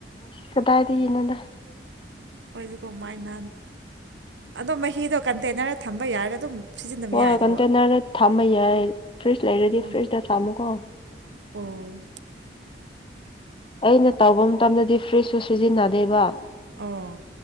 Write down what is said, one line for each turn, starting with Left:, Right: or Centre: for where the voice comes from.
Left: ꯀꯗꯥꯏꯗ ꯏꯅꯥꯗ
Right: ꯍꯣꯏꯗꯤ ꯀꯃꯥꯏꯅ ꯑꯗꯣ ꯃꯍꯤꯗꯣ ꯀꯟꯇꯦꯟꯅꯔꯗ ꯊꯝꯕ ꯌꯥꯔꯒ ꯑꯗꯨꯝ ꯁꯤꯖꯤꯟꯅꯕ
Left: ꯍꯣꯏ
Right: ꯌꯥꯏꯗꯀꯣ
Left: ꯀꯟꯇꯦꯟꯅꯔꯗ ꯊꯥꯃꯩ ꯌꯥꯏ ꯐ꯭ꯔꯤꯖ ꯂꯩꯔꯗꯤ
Right: ꯑꯣ
Left: ꯐ꯭ꯔꯤꯖꯇ ꯊꯝꯃꯨꯀꯣ
Right: ꯑꯣ
Left: ꯑꯩꯅ ꯇꯧꯕ ꯃꯇꯝꯗꯗꯤ ꯐ꯭ꯔꯤꯖꯁꯨ ꯁꯤꯖꯤꯟꯅꯗꯦꯕ
Right: ꯑꯣ